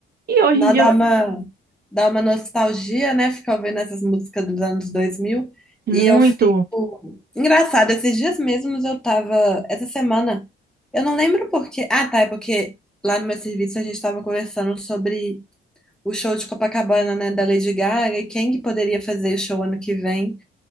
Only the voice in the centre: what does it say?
Dá,
dá uma, dá uma nostalgia, né? Ficar ouvindo essas músicas dos anos dois mil
E eu fico... Engraçado, esses dias mesmos eu tava... Essa semana, eu não lembro por quê. Ah, tá, é porque lá no meu serviço a gente tava conversando sobre o show de Copacabana, né? Da Lady Gaga e quem que poderia fazer show ano que vem.